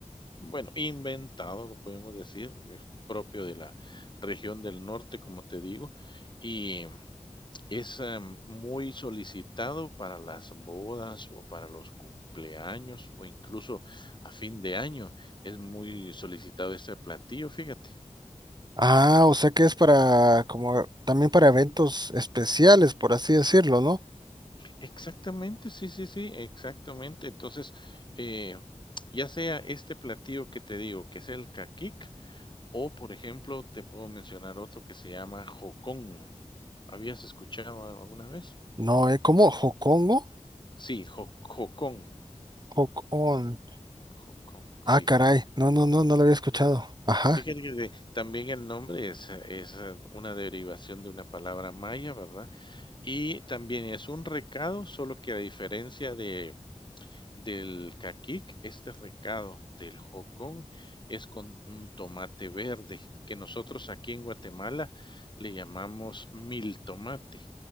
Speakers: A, on the left; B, on the right.
A: bueno, inventado, lo podemos decir, es propio de la región del norte, como te digo, y es em, muy solicitado para las bodas o para los cumpleaños o incluso a fin de año. Es muy solicitado este platillo, fíjate.
B: Ah, o sea que es para, como, también para eventos especiales, por así decirlo, ¿no?
A: Exactamente, sí, sí, sí, exactamente. Entonces, eh, ya sea este platillo que te digo, que es el caquic, o por ejemplo, te puedo mencionar otro que se llama jocón. ¿Habías escuchado alguna vez?
B: No, ¿eh? ¿Cómo? ¿Jocongo?
A: Sí, jo- jocón,
B: Jocón.
A: jocón, sí.
B: Ah, caray. No, no, no, no lo había escuchado. Ajá.
A: Fíjate que de- también el nombre es, eh, es eh, una derivación de una palabra maya, ¿verdad? Y también es un recado, solo que a diferencia de del caquic, este recado del jocón es con un tomate verde, que nosotros aquí en Guatemala le llamamos mil tomate.